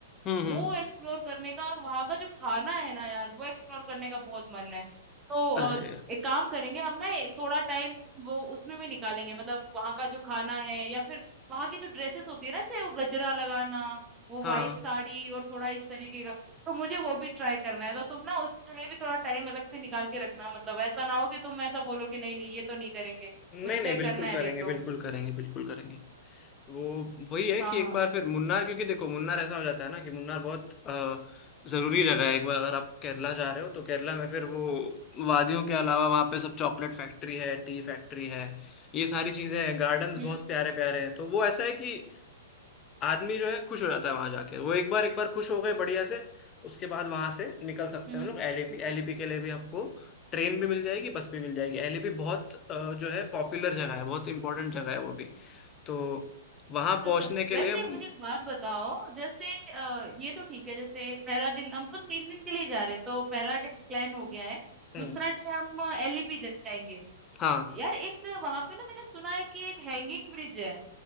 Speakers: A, on the left; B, on the right.
A: हम्म
B: वो
A: हम्म
B: एक्सप्लोर करने का और वहाँ का जो खाना है ना यार वो एक्सप्लोर करने का बहुत मन है तो
A: अरे
B: अ, एक काम करेंगे हम ना एक थोड़ा टाइम वो उसमें भी निकालेंगे मतलब वहाँ का जो खाना है या फिर वहाँ की जो ड्रेसेस होती है ना जैसे वो गजरा लगाना वो
A: हाँ
B: वाइट साड़ी और थोड़ा इस तरीके का तो मुझे वो भी ट्राई करना है तो तुम ना उसके लिए भी थोड़ा टाइम अलग से निकाल के रखना मतलब ऐसा ना हो कि तुम ऐसा बोलो कि नहीं नहीं ये तो नहीं करेंगे
A: नहीं
B: मुझे
A: नहीं
B: तो ये
A: बिल्कुल
B: करना है
A: करेंगे
B: देख लो
A: बिल्कुल करेंगे बिल्कुल करेंगे वो वही है
B: हाँ
A: कि एक
B: हाँ
A: बार फिर मुन्नार क्योंकि देखो मुन्नार ऐसा हो जाता है ना कि मुन्नार बहुत अ, जरूरी जगह है एक बार अगर आप केरला जा रहे हो तो केरला में फिर वो वादियों के अलावा वहाँ पे सब चॉकलेट फैक्ट्री है टी फैक्ट्री है ये सारी चीजें हैं गार्डन्स
B: हम्म
A: बहुत प्यारे प्यारे हैं तो वो ऐसा है कि आदमी जो है खुश हो जाता है वहां जाके वो एक बार एक बार खुश हो गए बढ़िया से उसके बाद वहां से निकल सकते
B: हम्म
A: हैं हम लोग एलईपी एलईपी के लिए भी आपको ट्रेन भी मिल जाएगी बस भी मिल जाएगी एलईपी बहुत अ, जो है पॉपुलर जगह है बहुत इंपॉर्टेंट जगह है वो भी तो वहां
B: अच्छा
A: पहुंचने के
B: वैसे
A: लिए हम
B: मुझे एक बात बताओ जैसे अ, ये तो ठीक है जैसे पहला दिन हम अपन तीन दिन के लिए जा रहे हैं तो पहला डे प्लान हो गया है
A: हम्म
B: दूसरा डे हम एलईपी जाएंगे
A: हाँ
B: यार एक वहां पे ना मैंने सुना है कि एक हैंगिंग ब्रिज है